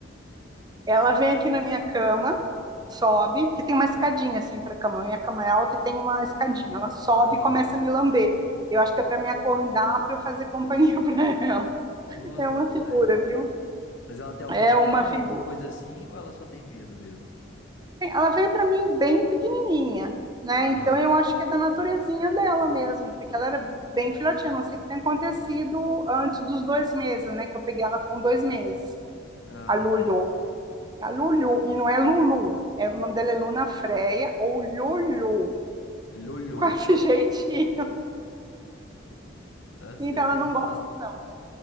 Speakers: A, on the right (about 20°); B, on the left (about 75°).
A: ela vem aqui na minha cama, sobe, porque tem uma escadinha assim para cama, minha cama é alta e tem uma escadinha. Ela sobe
B: Aham.
A: e começa a me lamber. Eu acho que é para me acordar, para eu fazer <laughs> companhia para ela.
B: Ô,
A: É
B: dó,
A: uma figura,
B: tadinha.
A: viu?
B: Mas ela tem algum
A: É
B: trauma,
A: uma figura.
B: alguma coisa assim, ou ela só tem medo mesmo?
A: ela veio para mim bem pequenininha, né?
B: Aham.
A: Então eu acho que é da naturezinha dela mesmo, porque ela era bem filhotinha. a Não sei o que tem acontecido antes dos dois meses, né? Que eu peguei ela com dois meses,
B: Ah,
A: a Lulu.
B: tá.
A: A Lulu, e não é Lulu, é, o nome dela é Luna Freia ou Lulu,
B: Lolô.
A: <laughs> com esse jeitinho.
B: Tá certo.
A: Então ela
B: Tem
A: não
B: que falar.
A: gosta, não.